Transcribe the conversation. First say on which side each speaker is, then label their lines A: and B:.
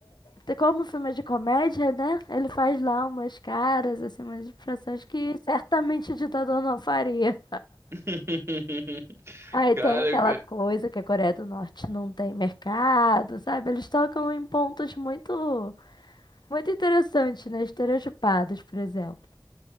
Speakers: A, on the left; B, on the right.
A: te- como o filme é de comédia, né? Ele faz lá umas caras, assim, umas expressões que certamente o ditador não faria.
B: <laughs>
A: Aí
B: Cara,
A: tem aquela
B: eu-
A: coisa que a Coreia do Norte não tem mercado, sabe? Eles tocam em pontos muito, muito interessantes, né? Estereotipados, por exemplo.